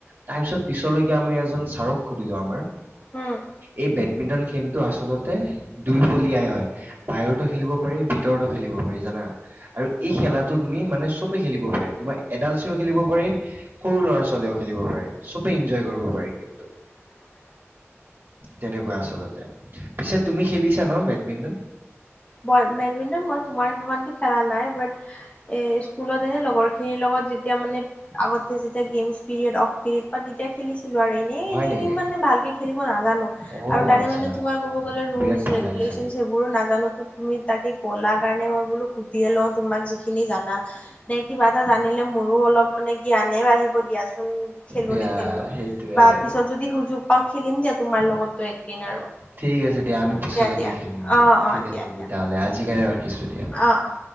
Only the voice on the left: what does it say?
উম
উম।
<inaudible>
মই বেডমিন্টন, মই তোমাৰ সমানতো খেলা নাই, বাত এ স্কুলত এনে লগৰ খিনিৰ লগত যেতিয়া মানে আগতে যেতিয়া গেমছ পেৰিয়ড অফ থাকে, তেতিয়া খেলিছিলোঁ আৰু, এনেই,
এনেই
মানে ভালকে খেলিব নাজানোঁ।
আৰু তাৰে
মানে তোমাৰ ক'ব গ'লে ৰুলচ
ৰেগুলেশ্যন
সেইবোৰো নাজানো টো। তুমি তাকে ক'লা কাৰণে মই বোলো, সুধিয়ে লওঁ, তোমাক যিখিনি জানা। নে কিবা এটা জানিলে মোৰোঁ অলপ মানে জ্ঞানে বাঢ়িব দিয়াচোন। খেলোঁ,
নেখেলোঁ
বা
পিছত যদি সুযোগ পাওঁ, খেলিম দিয়া তোমাৰ লগতো একদিন আৰু।
দিয়া
অ অ
দিয়া
দিয়া
অ', অ'।